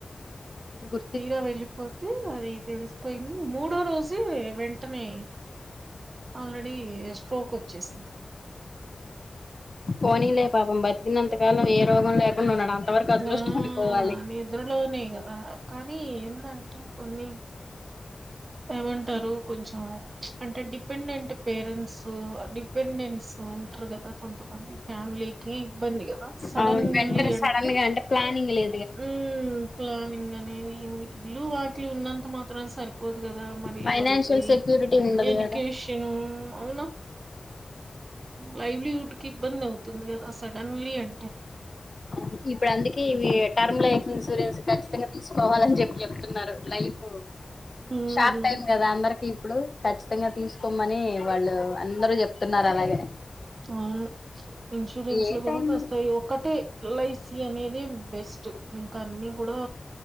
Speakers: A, on the left (about 35°); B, on the right (about 80°).
A: గు
B: తీర వెళ్ళిపోతే అది తెలిసిపోయింది మూడో రోజు వెంటనే ఆల్రెడీ స్ట్రోక్ వచ్చేసిం <unintelligible>
A: పోనీలే పాపం బతికినంతకాలం ఏ రోగం లే <unintelligible> అంతవరకు అదృష్టం
B: ఆ
A: అనుకోవాలి
B: నిద్రలోనే కదా కానీ ఏందంటే <unintelligible> ఏమంటారు కొంచెం అంటే డిపెండెంట్ పేరెంట్స్ డిపెండెంట్స్ కదా కొంతమంది ఫ్యామిలీకి ఇబ్బంది కదా సడన్లీ
A: అవును వెంటనే
B: అంటే
A: సడన్ గా ప్లానింగ్ లే
B: ఉ ప్లానింగ్ అనేది ఇల్లు వాటిలు ఉన్నంత మాత్రం <unintelligible> పోదు కదా మరి
A: ఫైనాన్షియల్
B: వాళ్ళకి
A: సెక్యూరిటీ ఉండదు
B: ఎడ్యుకేషన్
A: కదా
B: అవున లైవ్లీ హుడ్ కి ఇబ్బంది అవుతుంది కదా సడన్లీ అంటే అ
A: అవును ఇప్పుడు అందుకే ఇవి టర్మ్ లైఫ్ ఇన్సూరెన్స్ ఖచ్చితంగా తీసుకోవాలని చెప్పి చెప్తున్నారు లైఫ్
B: మ్మ్
A: షాప్ టైం కద అందరకి ఇప్పుడు ఖచ్చితంగా తీసుకోమ్మనే వాళ్ళు అందరు చెప్తున్నారు అలాగే
B: అవును ఇన్సూరెన్స్
A: ఏ
B: లో కూడ
A: టైం
B: <unintelligible> ఒకటే ఎల్ఐసి అనేది బెస్ట్ ఇంకా అన్ని కూడా